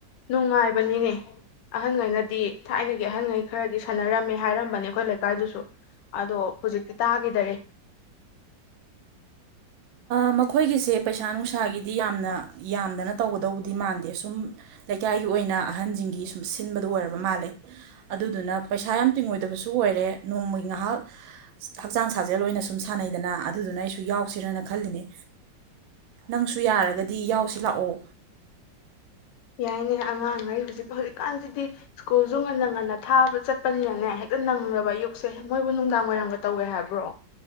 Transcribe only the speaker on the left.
ꯅꯨꯡꯉꯥꯏꯕꯅꯤꯅꯦ ꯑꯍꯟꯈꯩꯅ ꯗꯤ ꯊꯥꯏꯅꯒꯤ ꯑꯍꯟꯉꯩ ꯈꯔꯗꯤ ꯁꯥꯟꯅꯔꯝꯃꯦ ꯍꯥꯏꯔꯝꯕꯅꯤ ꯑꯩꯈꯣꯏ ꯂꯩꯀꯥꯏꯗꯨꯁꯨ ꯑꯗꯣ ꯍꯧꯖꯤꯛꯇꯤ ꯇꯥꯈꯤꯗꯔꯦ
ꯌꯥꯏꯅꯦ ꯑꯉꯥꯡꯉꯩ ꯍꯧꯖꯤꯛ ꯍꯧꯖꯤꯛꯀꯥꯟꯁꯤꯗꯤ ꯁ꯭ꯀꯨꯜꯁꯨ ꯉꯟꯅ ꯉꯟꯅ ꯊꯥꯕ ꯆꯠꯄꯅꯤꯅꯅꯦ ꯍꯦꯛꯇ ꯅꯪꯕ ꯑꯌꯨꯛꯁꯦ ꯃꯣꯏꯕꯨ ꯅꯨꯡꯗꯥꯡ ꯋꯥꯏꯔꯝꯒ ꯇꯧꯋꯦ ꯍꯥꯏꯕ꯭ꯔꯣ